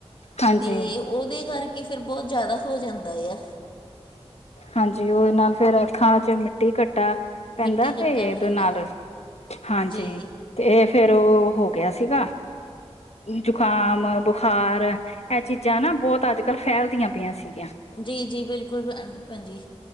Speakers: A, on the left; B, on the left.
A: ਹਾਂਜੀ
B: ਤੇ ਉਹਦੇ ਕਰਕੇ ਫਿਰ ਬਹੁਤ ਜ਼ਿਆਦਾ ਹੋ ਜਾਂਦਾ ਆ।
A: ਹਾਂਜੀ ਉਹ ਨਾ ਫੇਰ ਅੱਖਾਂ ਚ ਮਿੱਟੀ ਕੱਟਾ ਪੈਂਦਾ
B: ਮਿੱਟੀ ਘੱਟਾ
A: ਤੇ
B: ਵੀ
A: ਇਹਦੇ
B: ਹੁੰਦਾ
A: ਨਾਲ ਹਾਂਜੀ
B: ਜੀ
A: ਤੇ ਫੇਰ ਉਹ ਹੋ ਗਿਆ ਸੀਗਾ ਜੁਕਾਮ ਬੁਖਾਰ ਇਹ ਚੀਜ਼ਾਂ ਨਾ ਬਹੁਤ ਅੱਜ ਕੱਲ੍ਹ ਫੈਲਦੀਆਂ ਪਈਆਂ ਸੀਗੀਆਂ।
B: ਜੀ ਜੀ ਬਿਲਕੁਲ ਭਜੀ